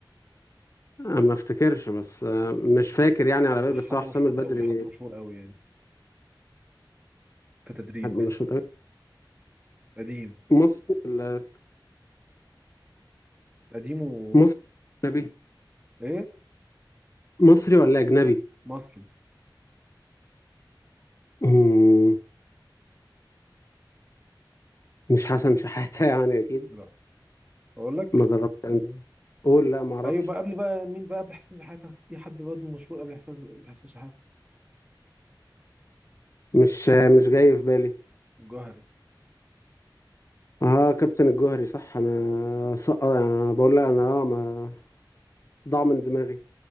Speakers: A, on the left; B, on the right.
A: آه، ما افتكرش بس آه، مش فاكر يعني على بالي
B: آه، حد
A: بس هو حسام
B: مشهور
A: البدري
B: قوي حد مشهور قوي يعني كتدريب
A: حد مشهور قوي
B: قديم
A: مصري ولا
B: قديم و
A: مصري أجنبي
B: ايه
A: مصري ولا أجنبي
B: مصري
A: مم، مش حسن شحاتة <laughs> يعني أكيد
B: لا اقول لك
A: ما دربش أندية قول لا ما أعرفش
B: ايوه بقى قبل بقى مين بقى قبل حسين شحاته في حد برضه مشهور قبل حسين قبل حسين شحاته
A: مش آه، مش جاي في بالي
B: الجوهري
A: اه كابتن الجوهري صح انا سقط انا بقول لك انا اه ما ضاع من دماغي